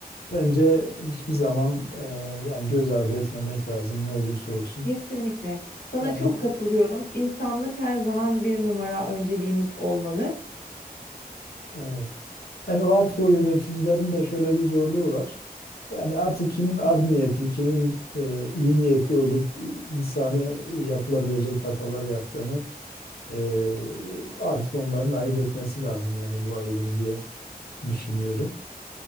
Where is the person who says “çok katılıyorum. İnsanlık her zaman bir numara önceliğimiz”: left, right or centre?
Left